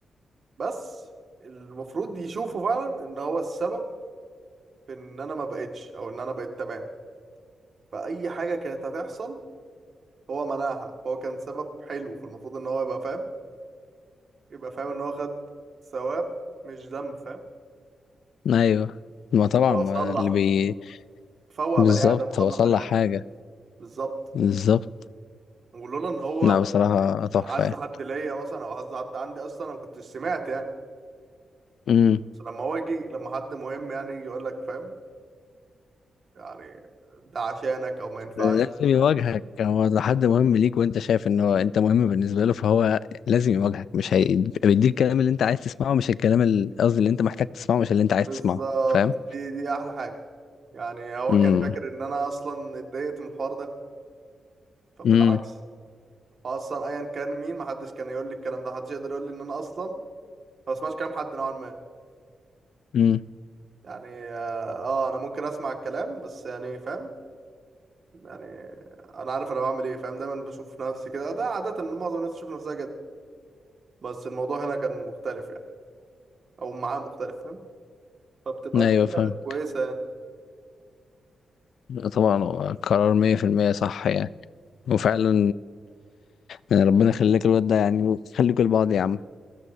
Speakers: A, on the right; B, on the left.
A: بس المفروض يشوفوا فعلا ان هو السبب في ان انا ما بقتش او ان انا بقيت تمام فاي حاجه كانت هتحصل هو منعها فهو كان سبب حلو فالمفروض ان هو يبقى فاهم يبقى فاهم ان هو خد ثواب مش ذنب فاهم
B: ايوه ما طبعا
A: هو
B: ما
A: صلح
B: اللي بي
A: فوق
B: بالظبط
A: بني ادم صلح
B: هو صلح
A: بني
B: حاجة
A: ادم بالظبط
B: بالظبط
A: ولولا ان هو
B: لا بصراحة
A: يعني
B: تحفة
A: عز
B: يعني
A: حد ليا مثلا او عز حد عندي اصلا انا ما كنتش سمعت يعني
B: مم.
A: بس لما هو يجي لما حد مهم يعني يجي يقول لك فاهم يعني ده عشانك او ما ينفعش
B: ده لازم يواجهك هو لو حد مهم ليك وانت شايف ان هو انت مهم بالنسبه له فهو لازم يواجهك مش هي... بيديك الكلام اللي انت عايز تسمعه مش الكلام ال- قصدي اللي انت محتاج تسمعه مش اللي انت عايز
A: بالظبط
B: تسمعه فاهم
A: دي دي احلى حاجه يعني هو
B: امم
A: كان فاكر ان انا اصلا اتضايقت من الحوار ده فبالعكس
B: امم
A: هو اصلا ايا كان مين محدش كان يقول لي الكلام ده محدش يقدر يقول لي ان انا اصلا ما بسمعش كلام حد نوعا ما
B: امم
A: يعني اه آه، انا ممكن اسمع الكلام بس يعني فاهم يعني انا عارف انا بعمل ايه فاهم دايما بشوف نفسي كده ده عاده معظم الناس تشوف نفسها كده بس الموضوع هنا كان مختلف يعني او معاه مختلف فاهم فبتبقى
B: ايوه
A: الدنيا
B: فاهم
A: كويسه يعني
B: لا طبعا هو قرار 100% صح يعني وفعلا يعني ربنا يخليك الواد ده يعني خليكوا لبعض يا عم